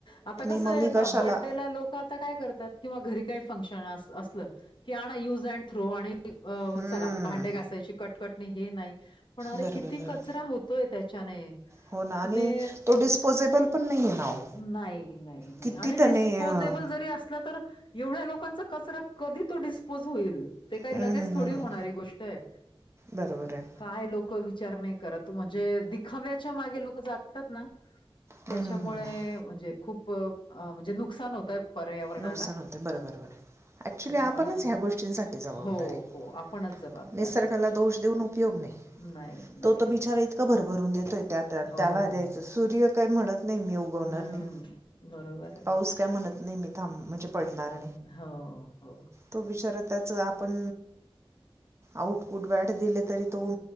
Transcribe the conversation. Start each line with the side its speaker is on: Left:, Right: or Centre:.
Left: आता कसं
Right: मग
Left: आहे
Right: मी
Left: पहा
Right: कशाला
Left: बड्डेला लोकं आता काय करतात किंवा घरी काही फंक्शन असलं की आणा युज अँड थ्रो आणि ती अ
Right: हम्म
Left: चला भांडे घासायची कटकट नाही आणि हे नाही पण अरे
Right: बरोबर
Left: किती
Right: बरं
Left: कचरा होतोय त्या <unintelligible>
Right: हो ना
Left: तुम्ही
Right: आणि तो डिस्पोजेबल पण नाही आहे ना हो.
Left: नाही, नाही
Right: किती
Left: आणि
Right: त्याने
Left: डिस्पोजेबल
Right: अं,
Left: जरी असलं तर एवढ्या लोकांचा कचरा कधी तो डिस्पोज होईल ते काय
Right: हम्म,
Left: लगेच
Right: हम्म, हम्म,
Left: थोडी होणारी
Right: हम्म.
Left: गोष्ट आहे
Right: बरोबर आहे
Left: काय लोकं विचार नाही करत म्हणजे दिखाव्याच्या मागे लोकं जातात ना त्याच्यामुळे
Right: हम्म, हम्म, हम्म.
Left: म्हणजे खूप प म्हणजे नुकसान होतय पर्यावरणाला
Right: नुकसान होते बरोबर बरोबर ॲक्च्युली
Left: त्याच्यामुळे
Right: आपणच ह्या गोष्टींसाठी जबाबदार
Left: हो,
Right: आहे
Left: हो आपणच जबाबदार
Right: निसर्गाला
Left: आहे
Right: दोष देऊन उपयोग नाही
Left: नाही, नाही,
Right: तो
Left: नाही
Right: बिचारा इतकं तो भरभरून देतोय त्या
Left: हो.
Right: त्याला द्यायचं सूर्य काय म्हणत नाही मी उगवणार
Left: हं.
Right: नाही
Left: बरोबर आहे.
Right: पाऊस काय म्हणत नाही मी थांब म्हणजे पडणार
Left: हो, हो.
Right: तो बिचारा त्याच आपण आउटपुट बॅड दिले तरी तो